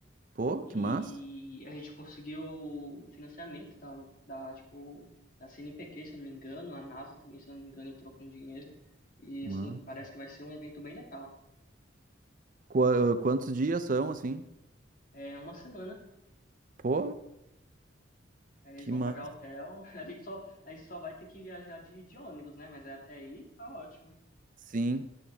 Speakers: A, on the right (about 45°); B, on the left (about 45°).
A: Pô,
B: e
A: que massa.
B: a gente conseguiu o financiamento da, da, tipo, da CNPq, se eu não me engano, a NASA também, se eu não me engano, entrou com dinheiro. E,
A: Massa.
B: assim, parece que vai ser um evento bem legal.
A: Qua- Quantos dias são assim?
B: É uma semana,
A: Pô,
B: aí
A: que
B: eles vão
A: massa.
B: pagar hotel, <laughs> a gente só, a gente só vai ter que viajar de, de ônibus, né? Mas é até aí tá ótimo.
A: Sim.